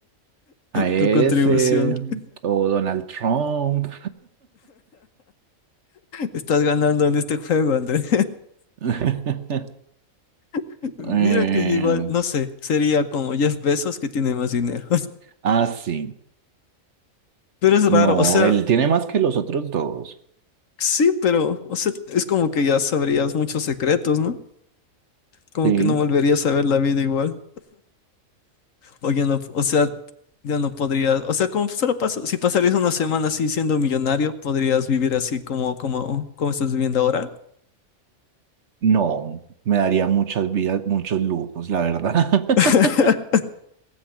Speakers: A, on the right (about 60°); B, on the left (about 70°).
A: A ese,
B: tu contribución.
A: o Donald Trump.
B: Estás ganando en este juego, André.
A: <laughs>
B: <laughs> Mira
A: Eh,
B: que yo igual, no sé, sería como Jeff Bezos que tiene más dinero.
A: ah, sí,
B: <laughs> Pero es
A: no,
B: raro, o sea,
A: él tiene más que los otros dos.
B: sí, pero, o sea, es como que ya sabrías muchos secretos, ¿no? como
A: Sí,
B: que no volverías a ver la vida igual. O ya no, o sea, ya no podrías, o sea, como solo pasa, si pasarías una semana así siendo millonario, podrías vivir así como, como, como estás viviendo ahora.
A: no, me daría muchas vidas, muchos lujos, la verdad. <laughs>
B: <laughs>